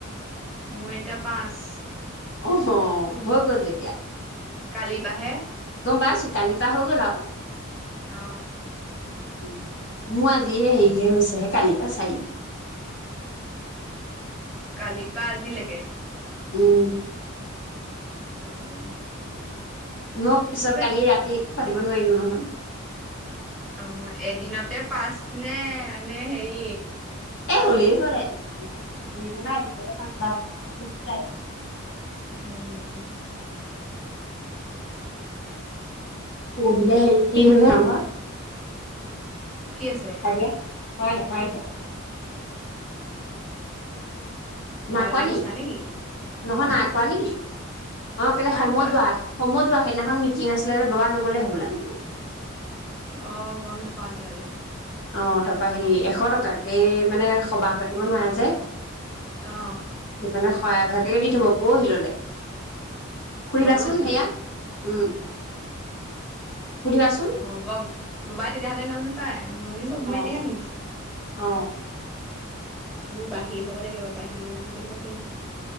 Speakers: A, in the centre; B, on the left (about 55°).
A: মোৰ এতিয়া পাঁচ
B: অহ হৈ গ'ল তেতিয়া
A: কালি পাহে
B: গম পাইছো কালি পা হৈ গ'ল আৰু
A: অ
B: উ মোৰ আজিহে হেৰিহে হৈছেহে কালিৰ পা চাৰি <inaudible>
A: কালিৰ পা আজিলেকে
B: উম
A: উম
B: মই পিছত
A: তাৰপিছত
B: কালি ৰাতি পাতিব নোৱাৰিলো নহয়
A: অ এদিনতে পাছ নে এনে হেই
B: এ হ'লেই কৰে <unintelligible> পাঁচ বা মান <unintelligible>
A: উম
B: <inaudible>
A: কি আছে?
B: <unintelligible>
A: তোমালোকে
B: না কোৱ নি,
A: দিছা নেকি
B: নহয়
A: আহ
B: নাই কোৱা নেকি? অ, কেলে
A: নাই
B: সময়
A: কোৱা
B: যোৱা সময়ো যোৱা, সেইদিনাখন মিটিং আছিলে বাবা নগলে হ'ব লাগিব।
A: অ, গম নাপাওঁ তেতিয়া হ'লে।
B: অ, তাৰপা সি এশ টকাকে, মানে সকাম পাতিব নোৱাৰে যে।
A: অহ,
B: সেইকাৰণে সৰায়, ভাগেকে দি থব পৰহিল, লে সুধিবাচোন
A: পৰহিলে
B: সেয়া উম, সুধিবাচোন।
A: অ, গম ববাই তেতিয়াহ'লে গম নাপায়, মই আমিও গ'ম মই
B: অ
A: এতিয়াহে
B: অ
A: শুনিছো।
B: অ,
A: মোৰ বাহিৰ হ'ব লাগে, বাৰু বাহিৰ নহ'লে <inaudible> পাৰিম।